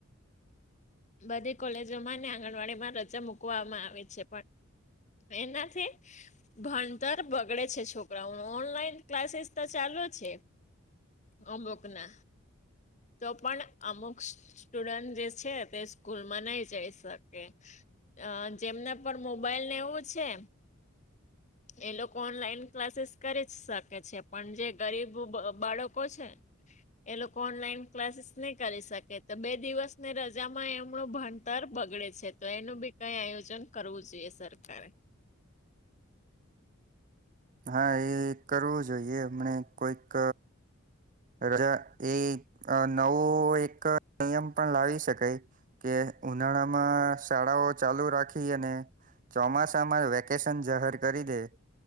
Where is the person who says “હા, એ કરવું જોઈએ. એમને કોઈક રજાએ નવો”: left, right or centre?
Right